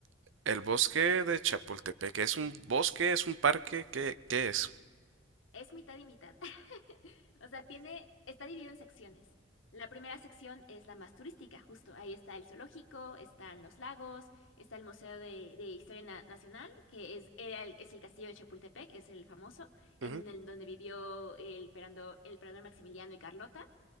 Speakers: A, on the right; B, on the left.
A: el bosque de Chapultepec, ¿es un bosque? ¿Es un parque? ¿Qué, qué es?
B: Es mitad y mitad. <laughs> O sea, tiene, está dividido en secciones. La primera sección es la más turística, justo. Ahí está el zoológico, están los lagos, está el Museo de, de Historia Na- Nacional, que es, era el, es el castillo de Chapultepec, es el famoso, en
A: Ujú.
B: el donde vivió el, perando- el emperador Maximiliano y Carlota.